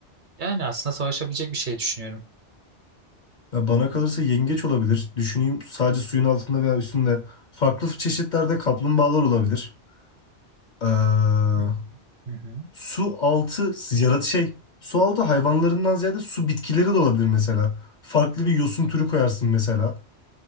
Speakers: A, on the right; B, on the left.
A: Yani aslında savaşabilecek bir şey düşünüyorum.
B: Ya bana kalırsa yengeç olabilir. Düşüneyim sadece suyun altında veya üstünde. Farklı çeşitlerde kaplumbağalar olabilir. Ee,
A: Hmm. Hı hı.
B: su altı yarat şey. Su altı hayvanlarından ziyade su bitkileri de olabilir mesela. Farklı bir yosun türü koyarsın mesela.